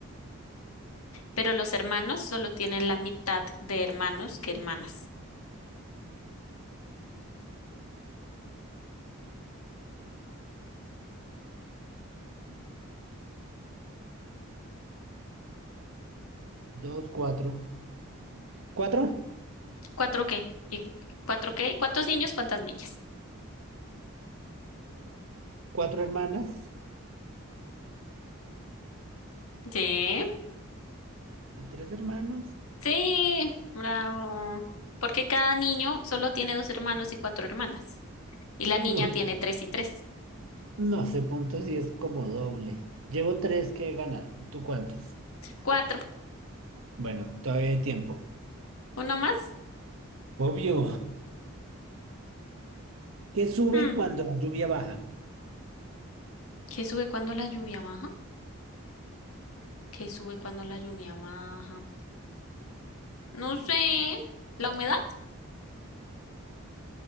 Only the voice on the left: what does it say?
Pero los hermanos solo tienen la mitad de hermanos que hermanas.
cuatro k Y cu- 4K. ¿Cuántos niños? ¿Cuántas niñas?
Sí,
sí, bravo. Porque cada niño solo tiene dos hermanos y cuatro hermanas. Y la niña
tiene tres y tres.
Cuatro.
¿Uno más?
Hmm,
¿Qué sube cuando la lluvia baja? ¿Qué sube cuando la lluvia baja? No sé. ¿La humedad?